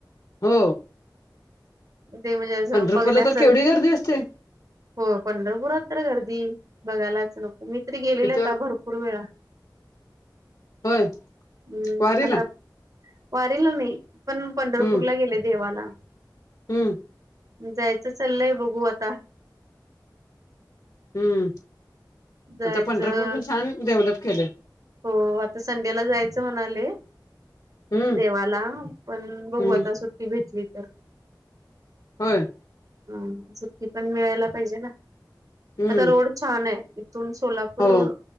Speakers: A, on the left (about 60°); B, on the right (about 50°).
A: हो
B: ते म्हणजे असं
A: पंढरपूरला
B: बघण्यासारखं
A: तर केवढी गर्दी असते
B: हो पंढरपुरात तर गर्दी बघायलाच नको, मी त गेलेले
A: तिथं
B: आ भरपूर पुूड वेळा
A: होय
B: हम्म
A: वारीला
B: आता वारला नाही पण पंढरपूरला
A: हम्म
B: गेले देवाला
A: हम्म
B: जायचं चाललंय बघू आता
A: हम्म
B: जायचं
A: आता पंढरपूर पण छान डेव्हलप केलं
B: हो आता संडेला जायचं म्हणाले
A: हम्म
B: देवाला पण भगवता
A: हम्म
B: सुट्टी भेटली तर
A: होय
B: हम सु्टी पण मिळायला पाहिजे ना
A: हम्म
B: आता रोड छान आहे. इथून सोलापूर
A: हो
B: रोड